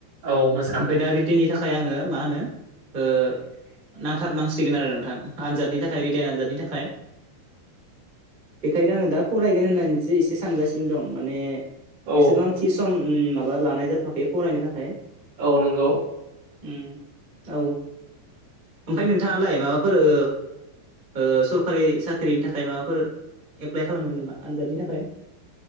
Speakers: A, on the right (about 55°); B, on the right (about 20°).
A: औ मोजां
B: ओमफाय दा रितेननि थाखाय आङो मा होनो ओ नांथाबनांसिगोन आरो नोंथां आनजादनि थाखाय रितेन आनजादनि थाखाय। बेखायनो आङो दा फरायगोन होननानैसो एसे सानगासिनो दं माने
A: औ
B: एसेबां थि सम उम माबा लानाय जाथ'वाखै फरायनो थाखाय।
A: औ नंगौ।
B: उम औ। ओमफाय नोंथाङालाय माबाफोर ओ ओ सरकारि सा‌ ख्रिनि थाखाय माबाफोर एप्लाइ खालामदों नामा आनजादनि थाखाय?